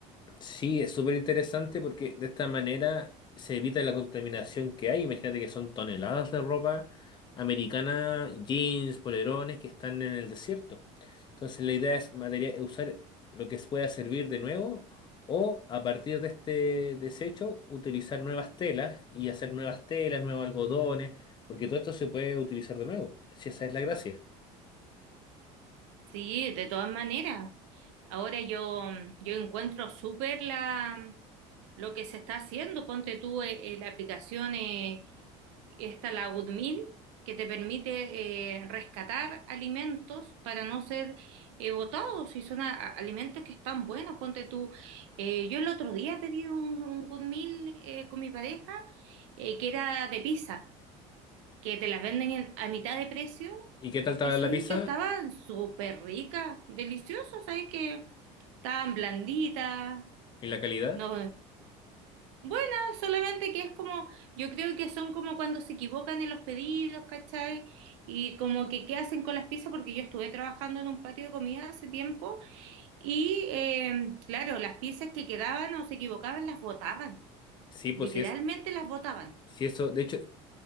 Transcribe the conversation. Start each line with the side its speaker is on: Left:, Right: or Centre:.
Left: Sí, es súper interesante porque de esta manera se evita la contaminación que hay. Imagínate que son toneladas de ropa americana, jeans, polerones que están en el desierto. Entonces la idea es materia- usar lo que pueda servir de nuevo o a partir de este desecho utilizar nuevas telas y hacer nuevas telas, nuevos algodones, porque todo esto se puede utilizar de nuevo, si esa es la gracia.
Right: Sí, de todas maneras. Ahora yo, yo encuentro súper la lo que se está haciendo. Ponte tú eh, eh, la aplicación eh, esta, la GoodMeal que te permite eh, rescatar alimentos para no ser eh, botados. Si son a- a- alimentos que están buenos, ponte tú. eh, yo el otro día pedí un, un Good eh, con mi pareja, eh, que era de pizza que te las venden en- a mitad de precio
Left: ¿Y qué tal estaba
Right: y sabéis
Left: la pizza
Right: que estaban súper ricas, deliciosas, sabéis que estaban blanditas,
Left: y la calidad?
Right: no, buenas, solamente que es como, yo creo que son como cuando se equivocan en los pedidos, ¿cachai? Y como que qué hacen con las pizzas, porque yo estuve trabajando en un patio de comida hace tiempo y eh, claro, las pizzas que quedaban o se equivocaban las botaban,
Left: Sí, pues
Right: literalmente
Left: si es,
Right: las botaban.
Left: si eso, de hecho,